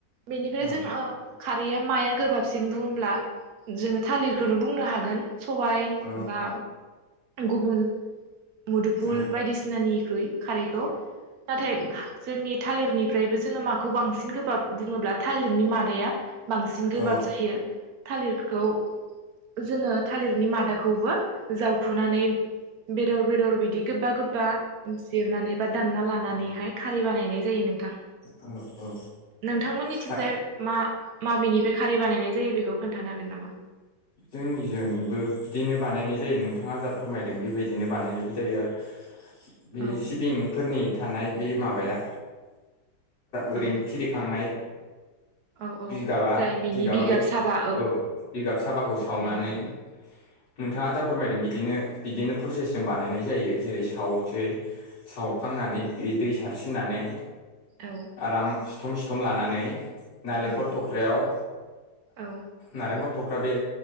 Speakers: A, on the right (about 70°); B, on the left (about 65°).
A: बेनिफ्राय
B: औ
A: जोङो खारैया माया गोबाबसिन बुङोब्ला जोङो थालिरखौनो बुंनो हागोन सबाय
B: औ
A: बा गुबुन मुदुफुल
B: औ
A: बायदिसिनानिख्रुइ खारैखौ नाथाय जोंनि थालिरनिफ्रायबो जोङो माखौ बांसिन गोबाब बुङोब्ला थालिरनि मादाया बांसिन
B: औ
A: गोबाब जायो थालिरखौ जोङो थालिरनि मादाखौबो जावखुनानै बेदर बेदर बिदि गोबा गोबा जिरनानै बा दामना लानानैहाय खारै बानायनाय जायो नोंथां
B: औ औ
A: नोंथांमोननिथिंजाय
B: खा
A: मा माबेनिफ्राय खारै बानायनाय जायो बेखौ खोन्थानो हागोन नामा
B: जोंनिजोंबो बिदिनो बानायनाय जायो नोंथाङा जा फोरमायदों बेबायदिनो बानायनायबो जायो आरो बे
A: औ
B: सिबिंफोरनि थानाय बे माबाया ओरैनो
A: औ
B: फिरिखांनाय
A: औ औ
B: बिगाबा
A: जाय बिनि
B: बिगाबा
A: बिगाब
B: बेखौ
A: साबा
B: औ बिगाब साबाखौ सावनानै
A: बानायनाय
B: नोंथाङा दा फोरमायदों बिदिनो बिदिनो प्रसेसजों बानायनाय जायो जेरै सावनोसै सावखां नानै बे दै सारसिनानै
A: औ
B: आराम सिथम सिथम लानानै नालेंखर
A: औ
B: थख्रायाव
A: औ
B: नालेंखर थख्रा बे